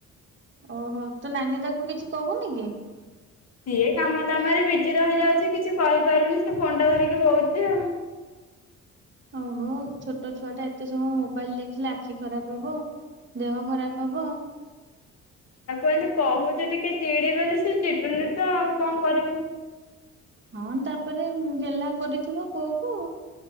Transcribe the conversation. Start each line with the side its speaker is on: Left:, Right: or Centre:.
Right: ଓହୋ ତୋ ନାନୀ ତାକୁ କିଛି କହୁନି କି
Left: ସିଏ କାମ ଦାମ ରେ ବିଜି ରହିଯାଉଛି କିଛି କହିପାରୁନି ସେ ଫୋନ ଟା ଧରିକି ଖାଲି ବଉଛି ଆଉ। <inaudible>
Right: ଓହୋ ଛୋଟ ଛୁଆ ଟା ଏତେ ସମୟ ମୋବାଇଲ ଦେଖିଲେ ଆଖି ଖରାପ ହବ ଦେହ ଖରାପ ହବ।
Left: ଆଉ ଏମିତି କହୁଛୁ ଟିକେ ଚିଡି ବୋଲି ସେ ଚିଡୁନି ତ ଆଉ କଣ କରିବୁ?
Right: ହଁ ତା ପରେ ଗେହ୍ଲା କରିଥିବ ପୁଅ କୁ